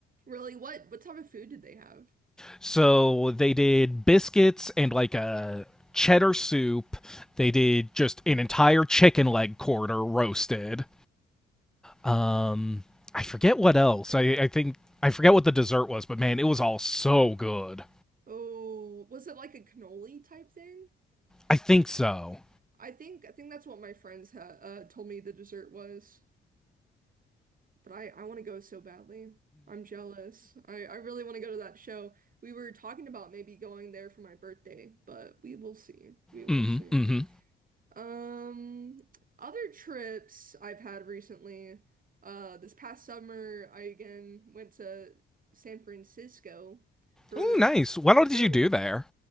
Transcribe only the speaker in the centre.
So they did biscuits and like a cheddar soup. They did just an entire chicken leg quarter roasted. Um, I forget what else. I, I think I forget what the dessert was, but man, it was all so good.
I think so.
Mm-hmm.
Mm-hmm.
Ooh, nice. What all did
you do there?